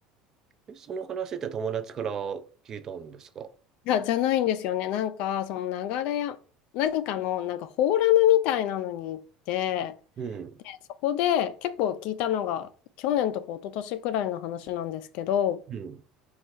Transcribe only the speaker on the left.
いや、じゃないんですよね。なんか、その流れや、何かの、なんかフォーラムみたいなのに行って、
で、そこで結構聞いたのが、去年とか一昨年くらいの話なんですけど、